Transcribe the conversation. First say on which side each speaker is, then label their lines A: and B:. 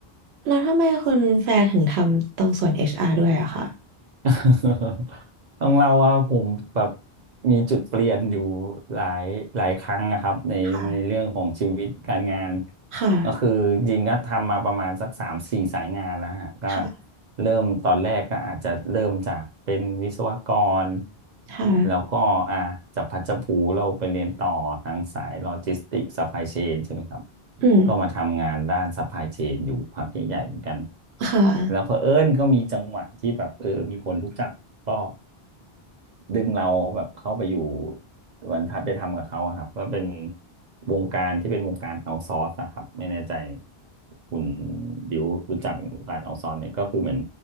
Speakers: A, on the right; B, on the right.
A: แล้วทำไมคุณแฟร์ถึงทำตรงส่วน HR ด้วยอะค่ะ
B: <laughs> ต้องเล่าว่าผมแบบมีจุดเปลี่ยนอยู่หลายหลายครั้งนะครับในในเรื่องของชีวิตการงาน
A: ค่ะค่ะ
B: ก็คือจริงๆก็ทำมาประมาณสักสามสี่สายงานแล้วฮะก็
A: ค่ะ
B: เริ่มตอนแรกก็อาจจะเริ่มจากเป็นวิศวกร
A: ค่ะ
B: แล้วก็อ่าจับพลัดจับผลูเราไปเรียนต่อทางสายโลจิสติกส์ซัพพลายเชนใช่ไหมครับ
A: อืม
B: ก็มาทำงานด้านซัพพลายเชนอยู่พักใหญ่ๆเหมือนกัน
A: ค่ะ
B: แล้วเผอิญก็มีจังหวะที่แบบเออมีคนรู้จักก็ดึงเราแบบเข้าไปอยู่เหมือนทัดไปทำกับเขาอะครับก็เป็นวงการที่เป็นวงการเอาซอร์สอะครับไม่แน่ใจคุณดิวรู้จักวงการเอาซอร์สไหมก็คือเหมือน